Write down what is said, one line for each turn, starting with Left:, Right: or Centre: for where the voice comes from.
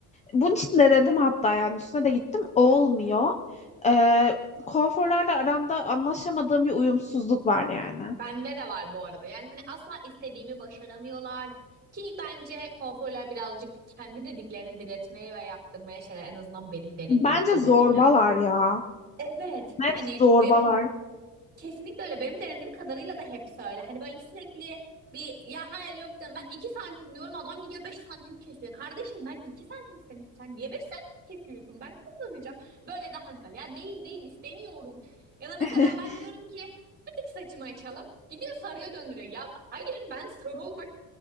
Left: bunun için de dedim hatta yani üstüne de gittim. Olmuyor. Ee, kuaförlerle aramda anlaşamadığım bir uyumsuzluk var yani.
Right: Bende de var bu arada. Yani hani asla istediğimi başaramıyorlar. Ki bence kuaförler birazcık kendi dediklerini diretmeye ve yaptırmaya şeyler en azından benim denediğim
Left: Bence
Right: kadarıyla.
Left: zorbalar ya.
Right: Evet.
Left: Net
Right: Hani
Left: zorbalar.
Right: benim Kesinlikle öyle. Benim denediğim kadarıyla da hep öyle. Hani böyle sürekli bir ya hayır yok canım ben 2 santim diyorum adam gidiyor 5 santim kesiyor. Kardeşim ben 2 santim istemiştim. Sen niye 5 santim kesiyorsun? Ben kullanacağım. Böyle daha güzel. Ya değil değil istemiyorum. Ya da mesela
Left: <laughs>
Right: ben diyorum ki bir tık saçımı açalım. Gidiyor sarıya döndürüyor. Ya hayır ben sarı olmak